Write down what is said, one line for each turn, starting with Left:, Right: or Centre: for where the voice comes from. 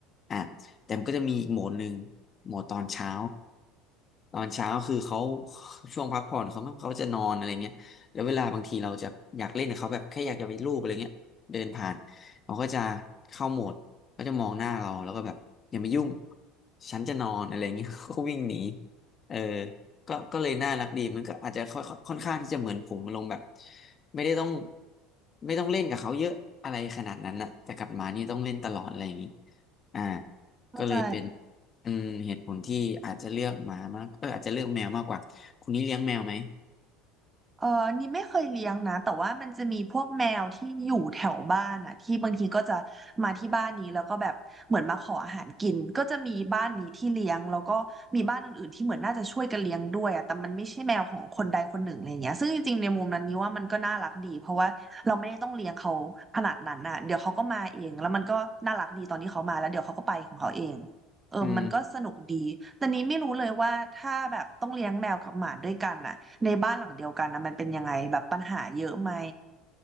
Left: อ่ะ แต่มันก็จะมีอีกโหมดหนึ่งโหมดตอนเช้าตอนเช้าคือเขาช่วงพักผ่อนเขาเขาจะนอนอะไรเงี้ยแล้วเวลาบางทีเราจะอยากเล่นกับเขาแบบแค่อยากจะไปรูปอะไรเงี้ยเดินผ่านเขาก็จะเข้าโหมดก็จะมองหน้าเราแล้วก็แบบอย่ามายุ่งฉันจะนอนอะไรเงี้ย <laughs> ก็วิ่งหนีเออก็ก็เลยน่ารักดีมันก็อาจจะค่อยค่อนข้างที่จะเหมือนผมลงแบบไม่ได้ต้องไม่ต้องเล่นกับเขาเยอะอะไรขนาดนั้นนะแต่กับหมานี่ต้องเล่นตลอดอะไรอย่างนี้อ่า
Right: เข้าใจ
Left: ก็เลยเป็นอืมเหตุผลที่อาจจะเลือกหมามากเอออาจจะเลือกแมวมากกว่าคุณนี่เลี้ยงแมวไหม
Right: เออนี่ไม่เคยเลี้ยงนะแต่ว่ามันจะมีพวกแมวที่อยู่แถวบ้านอ่ะที่บางทีก็จะมาที่บ้านนี้แล้วก็แบบเหมือนมาขออาหารกินก็จะมีบ้านนี้ที่เลี้ยงแล้วก็มีบ้านอื่นๆที่เหมือนน่าจะช่วยกันเลี้ยงด้วยอ่ะแต่มันไม่ใช่แมวของคนใดคนหนึ่งอะไรเงี้ยซึ่งจริงๆในมุมนั้นนี่ว่ามันก็น่ารักดีเพราะว่าเราไม่ได้ต้องเลี้ยงเขาขนาดนั้นอ่ะเดี๋ยวเขาก็มาเองแล้วมันก็น่ารักดีตอนที่เขามาแล้วเดี๋ยวเขาก็ไปของเขาเอง เออมันก็สนุกดี
Left: อืม
Right: แต่นี้ไม่รู้เลยว่าถ้าแบบต้องเลี้ยงแมวกับหมาด้วยกันน่ะในบ้านหลังเดียวกันนะมันเป็นยังไงแบบปัญหาเยอะไหม